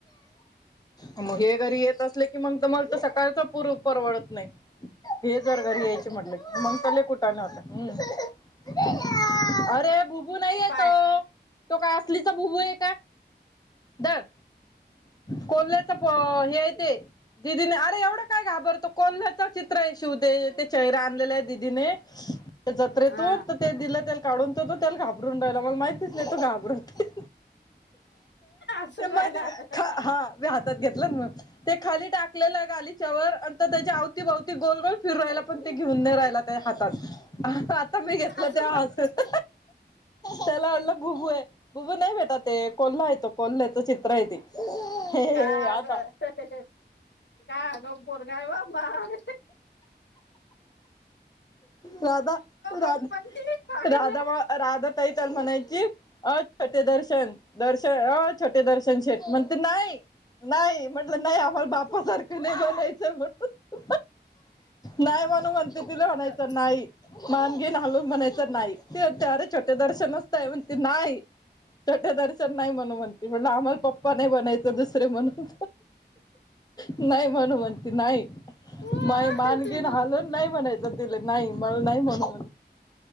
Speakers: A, on the left (about 20°); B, on the left (about 80°).
A: मग हे घरी येत असले की मंग तर मला तर सकाळचं पूर्ण परवडत नाही हे जर घरी यायचे म्हटलं तर मंग तर लई कुठाळणार हम्म्म अरे भुभू नाहीये
B: पाय
A: तो तो काय असलीचा भुभू आहे का धर कोल्ह्याचं अं हे आहे ते दिदीने अरे एवढं काय घाबरतो कोल्ह्याचं चित्र आहे शोधे दे ‌ते त्याचे रान त्याला दिदीने त्या जत्रेतून
B: हा
A: तर ते दिलं त्याला काढून तर तो त्याला घाबरून राहिला मंग माहि नाही तो घाबरत आहे
B: हसून राहिला
A: मध्ये
B: आता
A: हा हा मी हातात घेते मग ते खाली टाकलेलं गालीच्या वर आणि तो त्याच्या अवतीभवती गोलगोल फिरू राहिला पण ते घेऊन नाही राहिला त्याया हातात आता मी घेतलं
B: हसून
A: ते हासत
B: राहिला
A: त्याला वाटलं भुबू आहे भुबू नाही बेटा ते कोल्हा आहे तो कोल्ह्याचं चित्र आहे ते हे
B: का
A: आता
B: गं काय आगाव पोरगं‌ हाय व माय
A: राधा राधा
B: कंपनी पागल
A: राधा म राधा ताई च्या म्हणायची छोटे शेठ दर्शन दर्शन ओ छोटे दर्शन शेेठ म्हणते नाही नाही म्हटलं नाही आम्हाला बाप सारखं नाही बोलायचं मग नाही म्हणू म्हणते तिला म्हणायचं
B: आहे.
A: नाही मान घिन हलवून म्हणायचं नाही ते विचारे छोटे दर्शन असतंय म्हणतेत नाही छोटे दर्शन नाही म्हणू म्हणते म्हटलं आम्हाला पप्पा नाही बनायचं दुसरे म्हणून नाही म्हणू म्हणती नाही
B: हा
A: माय मान गीन हालवून नाही म्हणायचं तिले नाही मला नाही म्हणू